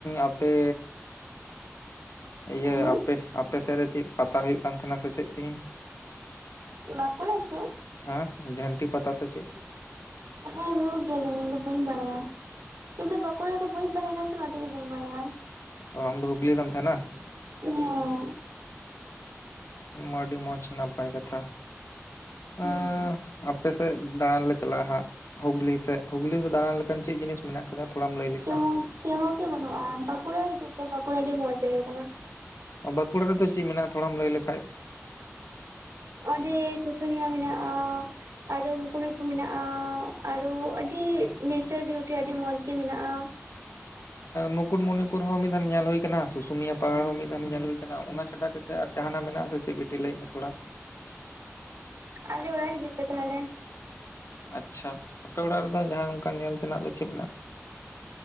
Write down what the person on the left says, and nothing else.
ᱟᱯᱮ ᱤᱭᱟᱹ
ᱟᱯᱮ ᱟᱯᱮ ᱥᱮᱫ ᱨᱮ ᱪᱮᱫ ᱯᱟᱛᱟ ᱦᱩᱭᱩᱜ ᱠᱟᱱ ᱛᱟᱸᱦᱮᱱᱟ ᱥᱮ ᱪᱮᱫ ᱛᱮᱦᱮᱧ?
ᱦᱮᱸ ᱡᱷᱟᱱᱴᱤ ᱯᱟᱛᱟ ᱥᱮ ᱪᱮᱫ ᱾
ᱚ ᱟᱢ ᱫᱚ ᱦᱩᱜᱞᱤ ᱨᱮ ᱛᱟᱸᱦᱮᱱᱟ ᱾
ᱩᱸᱻ ᱟᱹᱰᱤ ᱢᱚᱡᱽ ᱱᱟᱯᱟᱭ ᱠᱟᱛᱷᱟ-
ᱟ
᱾ ᱟᱯᱮᱥᱮᱫ ᱫᱟᱲᱟᱱ ᱞᱮ ᱪᱟᱞᱟᱜᱼᱟ ᱦᱟᱸᱜ, ᱦᱩᱜᱽᱞᱤ ᱥᱮᱫ, ᱦᱩᱜᱽᱞᱤ ᱨᱮ ᱫᱟᱬᱟᱱ ᱞᱮᱠᱟᱱ ᱪᱮᱫ ᱡᱤᱱᱤᱥ ᱢᱮᱱᱟᱜ-ᱟ? ᱟᱫᱚ ᱛᱷᱚᱲᱟᱢ ᱞᱟᱹᱭ ᱞᱮᱠᱷᱟᱱ
᱾
ᱵᱟᱸᱠᱩᱲᱟ ᱨᱮᱫᱚ ᱪᱮᱫ ᱢᱮᱱᱟᱜᱼᱟ ᱛᱷᱚᱲᱟᱢ ᱞᱟᱹᱭ ᱞᱮᱠᱷᱟᱱ?
ᱢᱩᱠᱩᱴᱢᱩᱱᱤᱯᱩᱨ ᱦᱚᱸ ᱢᱤᱫ ᱫᱷᱟᱣ ᱧᱮᱞ ᱦᱩᱭ ᱟᱠᱟᱱᱟ ᱥᱩᱥᱩᱱᱤᱭᱟ ᱯᱟᱦᱟᱲ ᱦᱚᱸ ᱢᱤᱫ ᱫᱷᱟᱣ ᱧᱮᱞ ᱦᱩᱭᱩ ᱟᱠᱟᱱᱟ᱾ ᱚᱱᱟ ᱪᱷᱟᱰᱟ ᱠᱟᱛᱮ ᱟᱨ ᱡᱟᱦᱟᱸᱱᱟᱜ ᱢᱮᱱᱟᱜ ᱫᱚ ᱪᱮᱫ ᱵᱤᱴᱤ ᱞᱟᱹᱭ ᱢᱮ ᱛᱷᱚᱲᱟ
ᱟᱪᱷᱟ ᱟᱯᱮ ᱚᱲᱟᱜ ᱨᱮᱫᱚ ᱡᱟᱦᱟᱸ ᱚᱱᱠᱟ ᱧᱮᱞ ᱛᱮᱱᱟᱜ ᱫᱚ ᱪᱮᱫ ᱢᱮᱱᱟᱜᱼᱟ?